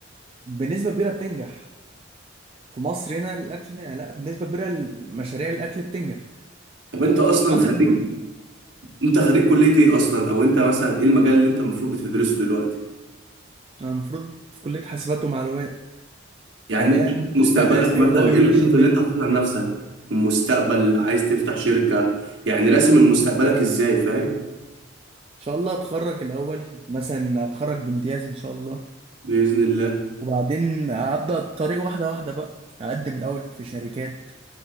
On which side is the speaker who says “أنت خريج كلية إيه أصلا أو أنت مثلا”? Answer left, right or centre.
Right